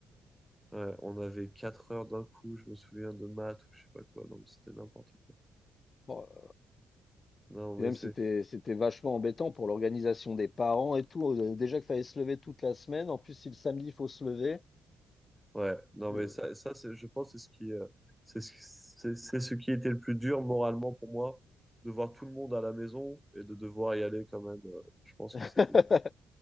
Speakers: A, in the centre; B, on the left.
A: Ouais, on avait 4 heures d'un coup, je me souviens de maths ou je sais pas quoi. Non, mais c'était n'importe quoi.
B: Bon, euh,
A: Non, mais
B: et même
A: c'est
B: c'était c'était vachement embêtant pour l'organisation des parents et tout. Euh, Déjà qu'il fallait se lever toute la semaine. En plus, si le samedi, il faut se lever.
A: ouais, non mais
B: euh,
A: ça ça c'est je pense c'est ce qui euh, c'est ce, c'est c'est ce qui était le plus dur moralement pour moi de voir tout le monde à la maison et de devoir y aller quand même. euh, je pense
B: <laughs>
A: que c'était dur.